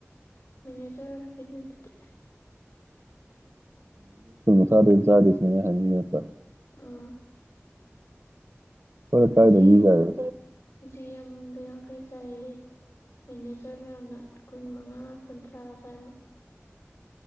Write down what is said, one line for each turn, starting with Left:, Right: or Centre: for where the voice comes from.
Left: ꯃꯦꯅꯦꯖꯔꯒꯤꯩꯅꯣꯗꯨꯗꯤ
Right: ꯁꯦ ꯆꯥꯔ ꯏꯁꯅꯦ ꯍꯥꯏ
Left: ꯑ
Right: ꯑꯩꯈꯣꯏꯅ ꯀꯥꯏꯗꯒꯤ
Left: ꯖꯤ ꯑꯦꯝ
Right: ꯀꯥꯏꯗ
Left: ꯖꯤ ꯑꯦꯝꯗ ꯌꯥꯡꯈꯩ ꯆꯥꯏ ꯃꯦꯅꯦꯖꯔ ꯃꯌꯥꯝꯅ ꯀꯨꯟ ꯃꯉꯥ ꯀꯨꯟꯊ꯭ꯔꯥ ꯁ꯭ꯋꯥꯏꯃꯨꯛ